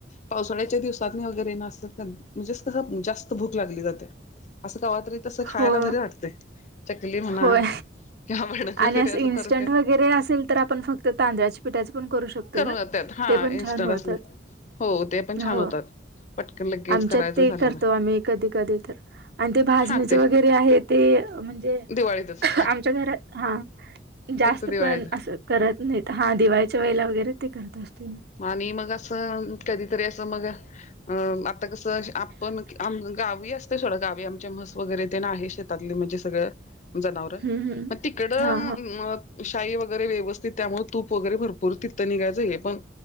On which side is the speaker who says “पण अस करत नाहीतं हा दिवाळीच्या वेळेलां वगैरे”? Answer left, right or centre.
Right